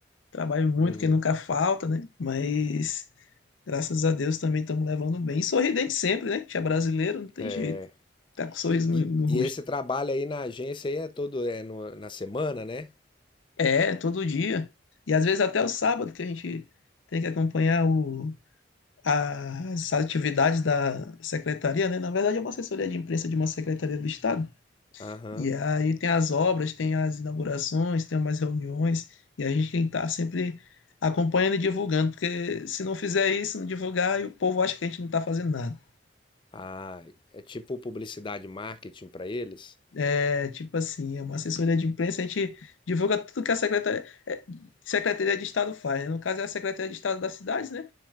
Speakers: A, on the left (about 85°); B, on the left (about 25°).
A: Trabalho muito,
B: Uhum.
A: que nunca falta, né? Mas graças a Deus também estamos levando bem. E sorridente sempre, né? Que é brasileiro, não tem
B: É.
A: jeito. Tá com um sorriso
B: E,
A: no, no rosto.
B: e esse trabalho aí na agência aí é todo é no- na semana, né?
A: É, todo dia. E às vezes até o sábado, que a gente tem que acompanhar o, as atividades da secretaria, né? Na verdade, é uma assessoria de imprensa de uma secretaria do Estado.
B: Aham.
A: E aí tem as obras, tem as inaugurações, tem umas reuniões, e a gente tem que estar sempre acompanhando e divulgando, porque se não fizer isso, não divulgar, e o povo acha que a gente não está fazendo nada.
B: Ah, é tipo publicidade e marketing para eles?
A: É tipo assim, é uma assessoria de imprensa, a gente divulga tudo que a Secretaria, é, Secretaria de Estado faz, né? No caso é a Secretaria de Estado das cidades, né?